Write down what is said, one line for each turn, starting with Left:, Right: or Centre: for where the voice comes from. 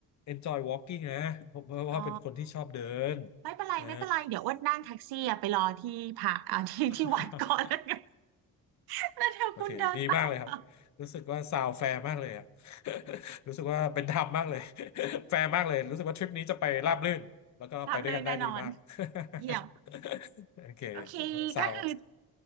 Left: enjoy walking นะผมเพราะว่าเป็นคนที่ชอบเดิน
Right: อ๋อไม่เป็นไรไม่เป็นไรเดี๋ยวอ้วนนั่งแท็กซี่อะไปรอที่ผักอ่า
Left: อ่า
Right: <laughs> ที่ที่วัดก่อนแล้วกัน
Left: <laughs>
Right: <laughs> แล้วเดี๋ยวคุณเดินตามมา
Left: โอเค ดีมากเลยครับ รู้สึกว่าซาวแฟร์มากเลยอะ <laughs> รู้สึกว่าเป็นธรรมมากเลย <laughs> แฟร์มากเลย รู้สึกว่าทริปนี้จะไปราบรื่น แล้วก็ไปด้วยกันได้ดีมาก
Right: รับเลยแน่นอนเยี่ยม
Left: <laughs> โอเค
Right: โอเค
Left: ซาว
Right: ก็คือ